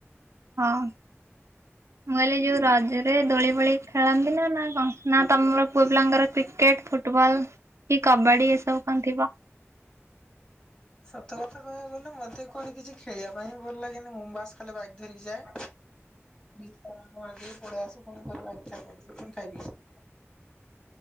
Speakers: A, on the right; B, on the left.
A: ହଁ ମୁଁ କହିଲି ଯୋଉ ରଜରେ ଦୋଳି ଫୋଳି ଖେଳନ୍ତି ନା ନା କ ନା ତମର ପୁଅ ପିଲାଙ୍କର କ୍ରିକେଟ ଫୁଟବଲ କି କବାଡି ଏସବୁ କଣ ଥିବ।
B: ସତ କଥା କହିବାକୁ ଗଲେ ମତେ କଣ କିଛି ଖେଳିବା ପାଇଁ ଭଲ ଲାଗେନି ମୁଁ ବାସ ଖାଲି ବାଇକ ଧରିକି ଯାଏ <unintelligible> ପଳେଇଆସେ ପୁଣି ଘରୁ ବାହାରିକି ଖାଇ ପିକି ପୁଣି ଖାଇ ପିକି।